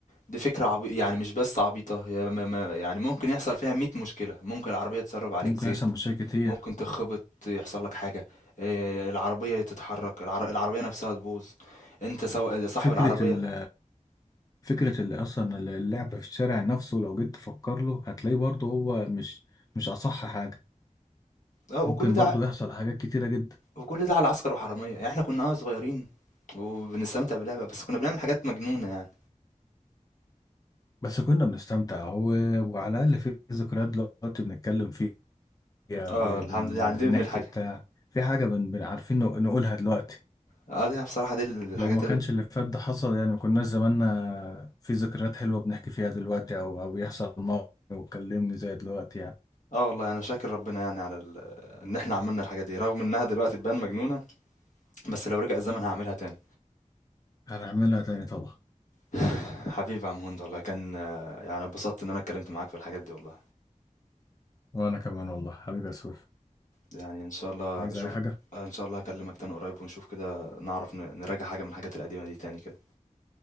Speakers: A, on the left (about 70°); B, on the left (about 25°).
A: دي فكره عبي... يعني مش بس عبيطه هي ما... ما... يعني ممكن يحصل فيها 100 مشكله ممكن العربيه تسرب عليك
B: ممكن
A: زيت
B: يحصل مشاكل كتير
A: ممكن تخبط يحصل لك حاجة آه، العربية تتحرك العر... العربية نفسها تبوظ انت سو... صاحب
B: فكرة
A: العربية
B: ال فكرة ال أصلا ال- اللعب في الشارع نفسه لو جيت تفكر له هتلاقيه برضه هو مش مش أصح حاجة
A: اه وكل
B: ممكن
A: ده
B: برضه يحصل حاجات كتيرة جدا
A: وكل ده على عسكر وحرامية يعني احنا كنا اه صغيرين وبنستمتع باللعبة بس كنا بنعمل حاجات مجنونة يعني
B: بس كنا بنستمتع و... وعلى الأقل في ذكريات دلوقتي بنتكلم فيها ب...
A: اه الحمد
B: بن...
A: لله يعني دي
B: بنحكي
A: من الحاجة
B: بتاع في حاجة بن... بن عارفين نق- نقولها دلوقتي
A: اه دي بصراحة دي الحاجات
B: لو ما
A: اللي
B: كانش اللي فات ده حصل يعني ما كناش زماننا في ذكريات حلوة بنحكي فيها دلوقتي أو أو يحصل موقف وتكلمني زي دلوقتي يعني
A: اه والله انا شاكر ربنا يعني على ال... ان احنا عملنا الحاجات دي رغم انها دلوقتي تبان مجنونة بس لو رجع الزمن هعملها تاني
B: هنعملها تاني طبعا
A: <sighs> حبيبي يا عم هند والله كان آه، يعني اتبسطت ان انا اتكلمت معاك في الحاجات دي والله
B: وأنا كمان والله حبيبي يا سويف
A: يعني ان شاء الله
B: عايز
A: اشوف
B: أي حاجة؟
A: ان شاء الله هكلمك تاني قريب ونشوف كده نعرف ن- نراجع حاجة من الحاجات القديمة دي تاني كده